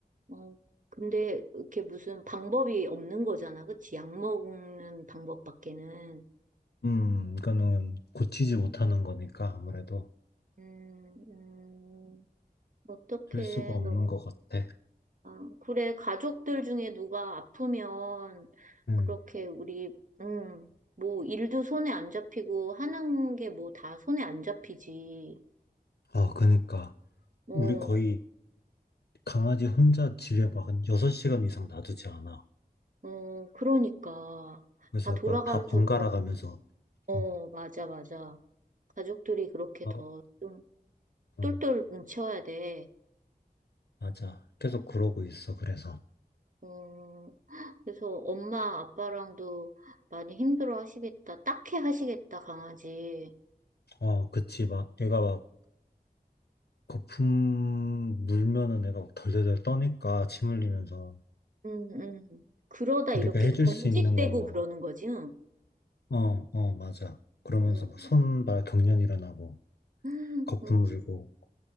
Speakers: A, on the right; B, on the left.
A: 어. 근데 이렇게 무슨 방법이 없는 거잖아. 그치? 약 먹는 방법밖에는.
B: 음, 이거는 고치지 못하는 거니까 아무래도
A: 음, 음, 어떡해.
B: 될 수가 없는
A: 너무
B: 것 같아.
A: 아, 그래, 가족들 중에 누가 아프면
B: 음.
A: 그렇게 우리, 음, 뭐 일도 손에 안 잡히고 하는 게 뭐 다 손에 안 잡히지.
B: 아, 그니까.
A: 어,
B: 우리 거의 강아지 혼자 집에 막 한 6시간 이상 놔두지 않아.
A: 어, 그러니까.
B: 그래서
A: 다 돌아가면서
B: 막다 번갈아
A: 그렇,
B: 가면서,
A: 어,
B: 어,
A: 맞아, 맞아. 가족들이 그렇게
B: 어,
A: 더 좀
B: 어,
A: 똘똘 뭉쳐야 돼.
B: 맞아. 계속 그러고 있어. 그래서.
A: 어, 그래서 엄마, 아빠랑도 많이 힘들어 하시겠다. 딱해 하시겠다, 강아지.
B: 어, 그치. 막, 얘가 막, 거품 물면은 애가 막 덜덜덜 떠니까 침 흘리면서
A: 음, 음. 그러다 이렇게
B: 우리가 해줄
A: 경직되고
B: 수 있는 거는
A: 그러는 거지, 응.
B: 어, 어, 맞아. 그러면서
A: 음,
B: 막 손발 경련 일어나고
A: 음,
B: 거품 물고